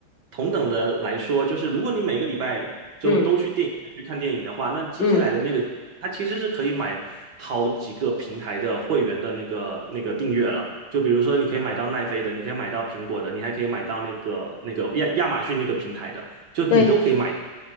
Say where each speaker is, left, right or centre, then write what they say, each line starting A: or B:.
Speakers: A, on the right (about 55°); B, on the left (about 65°).
A: 同等的来说，就是如果你每个礼拜就都去电影院去看电影的话，
B: 嗯
A: 那接下来的那个，
B: 嗯，
A: 它其实是可以买好几个平台的会员的那个那个订阅了。就比如说，你可以买到奈飞的，你可以买到苹果的，你还可以买到那个那个亚亚马逊那个平台的。就你都可以买。
B: 对。